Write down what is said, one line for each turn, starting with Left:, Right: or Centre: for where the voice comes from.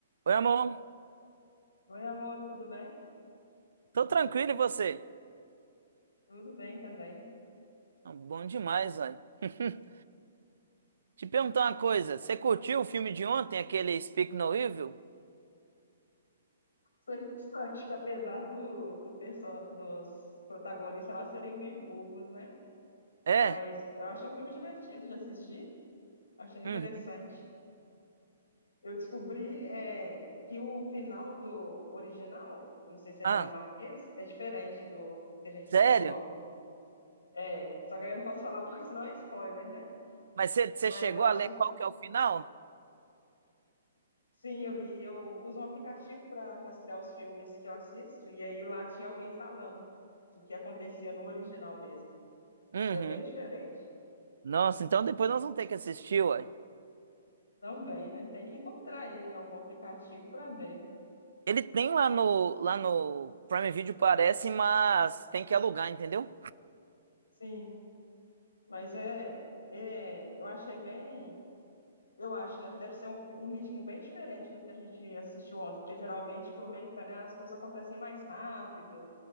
Right: Oi, amor.
Left: Oi, amor, tudo bem?
Right: Tô tranquilo e você?
Left: Tudo bem também.
Right: Ah, Bom demais, velho. <laughs> Te perguntar uma coisa. Você curtiu o filme de ontem, aquele Speak No Evil?
Left: Sou Interessante, <laughs> apesar do, do perso- dos protagonistas lá serem meio burros, né?
Right: É?
Left: Mas eu achei um filme divertido de assistir, achei interessante.
Right: Uhum.
Left: Eu descobri é, que o final do original, eu não sei se é
Right: Ah,
Left: dinamarquês, é diferente do que a gente
Right: sério?
Left: assistiu ontem. É, só que aí eu não posso falar <laughs> porque senão é spoiler, né?
Right: Mas você você
Left: Mas
Right: chegou
Left: eu acho
Right: a ler
Left: que
Right: qual que é o final?
Left: Sim, eu li. Eu uso um aplicativo para rastrear os filmes que eu assisto, e aí lá tinha alguém falando do que acontecia no original mesmo.
Right: Uhum.
Left: E é bem diferente.
Right: Nossa, então depois nós vamos ter que assistir, uai.
Left: Também, né? Tem que encontrar ele em algum aplicativo para ver.
Right: Ele tem lá no, lá no Prime Video, parece, mas tem que alugar, entendeu?
Left: Sim, mas é, é. Eu achei bem. Eu acho, né, que deve ser um, um ritmo bem diferente do que a gente assistiu ontem, porque geralmente filme americano as coisas acontecem mais rápido.